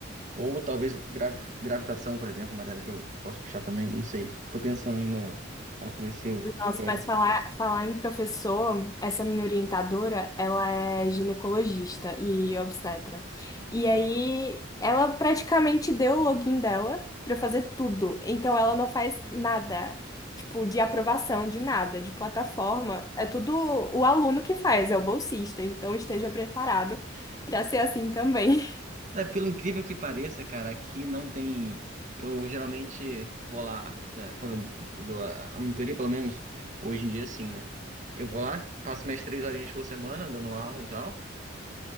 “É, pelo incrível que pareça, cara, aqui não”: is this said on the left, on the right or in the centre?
Right